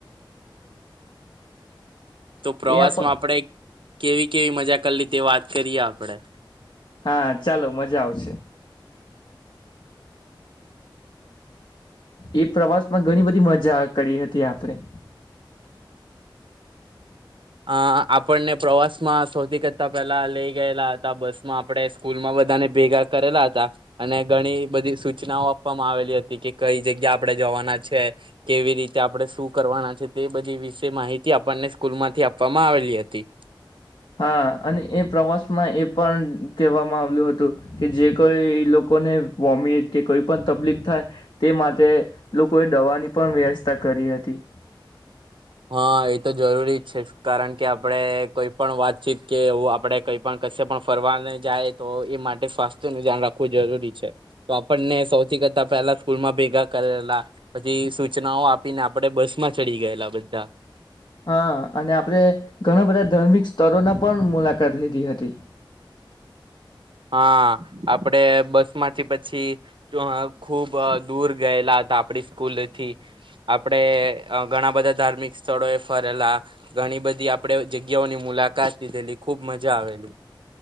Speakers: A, on the right; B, on the left.
A: તો પ્રવાસ
B: એ આપ
A: માં આપણે. કેવી કેવી મજા કરલી તે વાત કરીએ આપડે
B: હા ચાલો મજા આવશે. એ પ્રવાસ માં ઘણી બધી મજા કરી હતી આપણે.
A: અ આપણને પ્રવાસમાં સૌથી કરતા પહેલા લઈ ગયેલા હતા બસમાં આપણે સ્કૂલમાં બધાને ભેગા કરેલા હતા અને ઘણી બધી સૂચનાઓ આપવામાં આવેલી હતી કે કઈ જગ્યા આપણે જવાના છે કેવી રીતે આપણે શું કરવાના છે તે બધી વિશે માહિતી આપણને સ્કૂલ માંથી આપ આપવામાં આવેલી હતી.
B: હા અને એ પ્રવાસમાં એ પણ કહેવામાં આવલ્યું હતું કે જે કોઈ લોકોને વોમિટ કે કોઈ પણ તકલીફ થાય તે માટે લોકોએ દવાની પણ વ્યવસ્થા કરી હતી
A: હા એ તો જરૂરી જ છે કારણ કે આપડે કોઈ પણ વાતચીત કે એું આપણે કઈ પણ કશે પણ ફરવાને જાય તો એ માટે સ્વાસ્થ્ય ન ધ્યાન રાખવું જરૂરી છે તો આપણને સૌથી કરતા પહેલા સ્કૂલમાં ભેગા કરેલા પછી સૂચનાઓ આપીને આપણે બસ માં ચડી ગયેલા <inaudible>
B: હા અને આપડે ઘણા બધા ધાર્મિક સ્થળના પણ મુલાકાત લીધી હતી.
A: હા આપડે બસ માંથી પછી ખૂબ દૂર ગયેલા હતા આપડી સ્કૂલથી આપડે ઘણા બધા ધાર્મિક સ્થળો એ ફરેલા ઘણી બધી આપડે જગ્યાઓની મુલાકાત લીધેલી ખૂબ મજા આવેલી